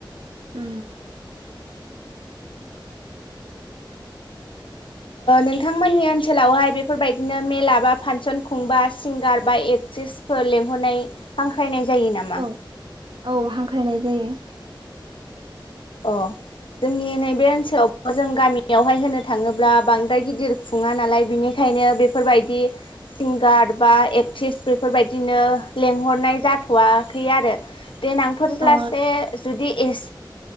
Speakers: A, on the right; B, on the left.
A: उ
B: नोंथांमोननि ओनसोलावहाय बेफोरबायदिनो मेला बा फांसन खुंबा सिंगार बा एक्ट्रिसफोर लेंंहरनाय हांख्रायनाय जाय नामा
A: औ औ हांख्रायनाय जायो
B: अ जोंनि नैबे ओनसोलाव जों गामियावहाय होनो थाङोब्ला बांद्राय गिदिर खुङा नालाय बिनिखायनो बेफोरबायदि सिंगार बा एक्ट्रिस बेफोरबायदिनो लेंंहरनाय जाथ'वाखै आरो देनांफोरलासे
A: अ
B: जुदि एस